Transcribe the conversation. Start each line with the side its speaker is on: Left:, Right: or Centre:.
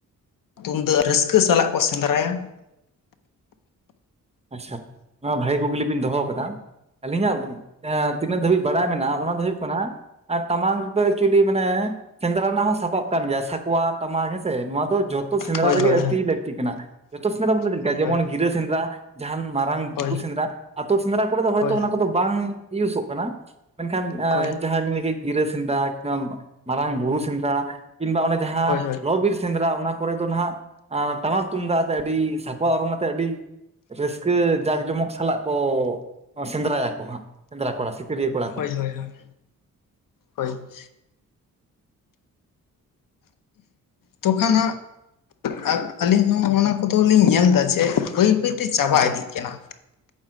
Left: ᱛᱩᱢᱫᱟᱜ ᱨᱟᱹᱥᱠᱟᱹ ᱥᱟᱞᱟᱜ ᱠᱚ ᱥᱮᱸᱫᱽᱨᱟᱭᱟ᱾
Right: ᱟᱪᱪᱷᱟ ᱱᱚᱣᱟ ᱵᱷᱟᱜᱮ ᱠᱩᱠᱞᱤ ᱵᱤᱱ ᱫᱚᱦᱚ ᱟᱠᱟᱫᱟ ᱟᱹᱞᱤᱧ ᱦᱟᱜ ᱮᱻ ᱛᱤᱱᱟᱹᱜ ᱫᱷᱟᱹᱵᱤᱡ ᱵᱟᱲᱟᱭ ᱢᱮᱱᱟᱜᱼᱟ, ᱚᱱᱟ ᱫᱚ ᱦᱩᱭᱩᱜ ᱠᱟᱱᱟ ᱴᱟᱢᱟᱠ ᱨᱮᱫᱚ ᱮᱠᱪᱩᱭᱮᱞᱤ ᱢᱟᱱᱮ ᱥᱮᱸᱫᱽᱨᱟ ᱨᱮᱱᱟᱜ ᱦᱚᱸ ᱥᱟᱯᱟᱵ ᱠᱟᱱ ᱜᱮᱭᱟ᱾ ᱥᱟᱠᱣᱟ, ᱴᱟᱢᱟᱠ ᱦᱮᱸᱥᱮ ᱱᱚᱣᱟ ᱫᱚ ᱡᱚᱛᱚ ᱡᱚᱛᱚ ᱥᱮᱸᱫᱽᱨᱟ
Left: ᱦᱳᱭ
Right: ᱨᱮᱜᱮ
Left: ᱦᱳᱭ
Right: ᱟᱹᱰᱤ ᱞᱟᱹᱠᱛᱤ ᱠᱟᱱᱟ᱾ ᱡᱚᱛᱚ ᱥᱮᱸᱫᱽᱨᱟ ᱵᱚᱞᱮ ᱪᱮᱫ ᱞᱮᱠᱟ
Left: ᱦᱳᱭ
Right: ᱡᱮᱢᱚᱱ
Left: ᱦᱳᱭ
Right: ᱜᱤᱨᱟᱹ ᱥᱮᱸᱫᱽᱨᱟ ᱡᱟᱦᱟᱱ ᱢᱟᱨᱟᱝ
Left: ᱦᱳᱭ
Right: ᱵᱩᱨᱩ ᱥᱮᱸᱫᱽᱨᱟ ᱟᱹᱛᱳ ᱥᱮᱸᱫᱽᱨᱟ ᱠᱚᱨᱮ ᱫᱚ ᱦᱚᱭᱛᱳ
Left: ᱦᱳᱭ
Right: ᱚᱱᱟ ᱠᱚᱫᱚ ᱵᱟᱝ ᱤᱭᱩᱥᱚᱜ ᱠᱟᱱᱟ᱾ ᱢᱮᱱᱠᱷᱟᱱ
Left: ᱦᱳᱭ
Right: ᱡᱟᱦᱟᱸᱭ <unintelligible> ᱜᱤᱨᱟᱹ ᱥᱮᱸᱫᱽᱨᱟ ᱠᱤᱢᱵᱟ ᱢᱟᱨᱟᱝ ᱵᱩᱨᱩ ᱥᱮᱸᱫᱽᱨᱟ ᱠᱤᱝᱵᱟ ᱚᱱᱮ ᱡᱟᱦᱟᱸ
Left: ᱦᱳᱭ ᱦᱳᱭ ᱦᱳᱭ
Right: ᱞᱚ ᱵᱤᱨ ᱥᱮᱸᱫᱽᱨᱟ ᱚᱱᱟ ᱠᱚᱨᱮ ᱫᱚ ᱱᱟᱦᱟᱜ ᱴᱟᱢᱟᱠ ᱛᱩᱢᱫᱟᱜ ᱟᱛᱮ ᱟᱹᱰᱤ ᱥᱟᱠᱣᱟ ᱚᱨᱚᱝ ᱟᱛᱮᱜ ᱟᱹᱰᱤ ᱨᱟᱹᱥᱠᱟᱹ ᱡᱟᱠ ᱡᱚᱢᱚᱠ ᱥᱟᱞᱟᱜ ᱠᱚ ᱥᱮᱸᱫᱽᱨᱟᱭᱟ ᱠᱚ ᱦᱟᱸᱜ ᱥᱮᱸᱫᱽᱨᱟ ᱠᱚᱲᱟ ᱥᱤᱠᱟᱹᱨᱤᱭᱟᱹ ᱠᱚᱲᱟ᱾ ᱠᱚ
Left: ᱦᱳᱭ ᱦᱳᱭ ᱦᱳᱭ, ᱦᱳᱭ᱾ ᱛᱚ ᱠᱷᱟᱱ ᱦᱟᱜ ᱟᱹᱞᱤᱧ ᱦᱚᱸ ᱚᱱᱟ ᱠᱚ ᱫᱚ ᱞᱤᱧ ᱧᱮᱞ ᱫᱟ ᱡᱮ ᱵᱟᱹᱭ ᱵᱟᱹᱭᱛᱮ ᱪᱟᱵᱟ
Right: ᱦᱮᱸᱥᱮ
Left: ᱤᱫᱤᱜ ᱠᱟᱱᱟ᱾